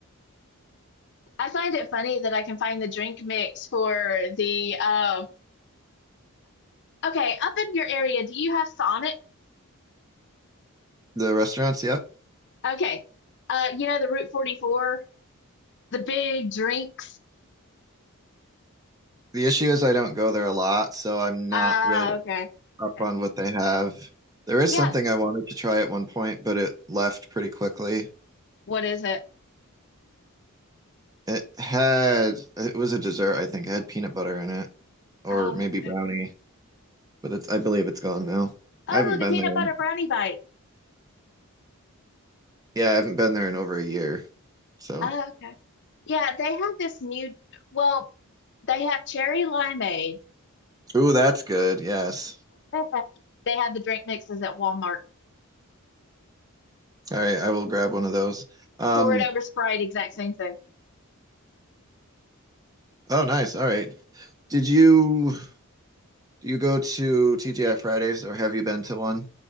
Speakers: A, on the left (about 55°); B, on the right (about 15°).
A: I find it funny that I can find the drink mix for the um, uh, okay, up in your area, do you have Sonic?
B: The restaurants, yep.
A: Okay. Uh, you know the Route 44, the big drinks.
B: The issue is I don't go there a lot, so I'm
A: Ah,
B: not really
A: okay.
B: up
A: Okay.
B: on what they have. There is
A: Yeah.
B: something I wanted to try at one point, but it left pretty quickly.
A: What is it?
B: It had, it was a dessert, I think. It had peanut butter in it, or
A: Oh,
B: maybe brownie,
A: okay.
B: but it's, I believe it's gone now.
A: Oh,
B: I haven't
A: the
B: been
A: peanut
B: there in,
A: butter brownie bite.
B: yeah, I haven't been there in over a year. So,
A: Oh, okay. Yeah, they have this new, well, they have cherry limeade.
B: ooh, that's good. Yes.
A: <laughs> They have the drink mixes at Walmart.
B: All right, I will grab one of those. Um,
A: Pour it over Sprite, exact same thing.
B: oh, nice. All right. Did you do you go to TGI Fridays or have you been to one?